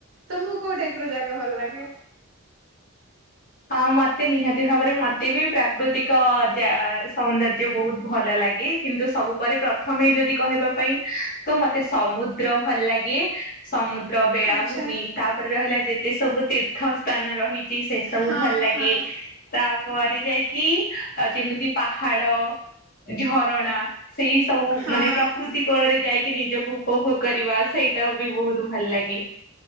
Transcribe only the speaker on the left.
ହଁ ମତେ ନିହାତି ଭାବରେ ମତେ ବି ପ୍ରାକୃତିକ ଯା ସୌନ୍ଦର୍ଯ୍ୟ ବହୁତ ଭଲ ଲାଗେ। କିନ୍ତୁ ସବୁ ପରେ ପ୍ରଥମେ ଯଦି କହିବା ପାଇଁ ତ ମତେ ସମୁଦ୍ର ଭଲ ଲାଗେ। ସମୁଦ୍ର ବେଳାଭୂମି
ତାପରେ ରହିଲା ଯେତେ ସବୁ ତୀର୍ଥ ସ୍ଥାନ ରହିଛି ସେ ସବୁ
ଭଲ ଲାଗେ
ତାପରେ ଯାଇକି ଯେମିତି ପାହାଡ ଝରଣା ସେଇ ସବୁ
ମାନେ ପ୍ରକୃତି କୋଳରେ ଯାଇକି ନିଜକୁ ଉପଭୋଗ କରିବା ସେଇଟା ବି ବହୁତ ଭଲ ଲାଗେ।